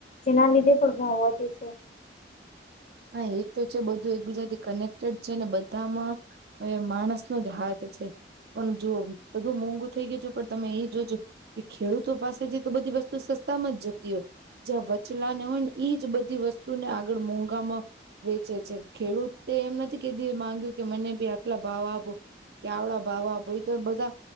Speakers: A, on the left; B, on the right.
A: જેના લીધે પણ ભાવ વધે છે.
B: હા એતો છે બધું એકબીજાથી કનેક્ટેડ છે ને બધામાં હવે માણસનો જ હાથ છે. પણ જો બધું મોંઘુ થઈ ગયું છે પણ તમે એ જોજો કે ખેડૂતો પાસે જઈ તો બધી વસ્ તું સસ્તામાં જ જતી હોય. જ્યાં વચલાને હોય ને ઈજ બધી વસ્તુને આગળ મોંઘામાં વેચે છે. ખેડૂતે એમ નથી કેદીએ માંગ્યું કે મને બી આટલા ભાવ આપો. કે આવડા ભાવ આપ હોય તો બધા